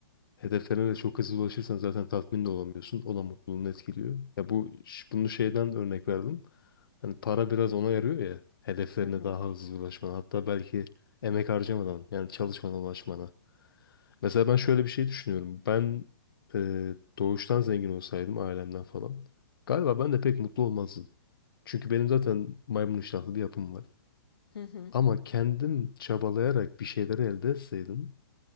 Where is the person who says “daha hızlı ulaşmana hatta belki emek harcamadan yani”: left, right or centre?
Left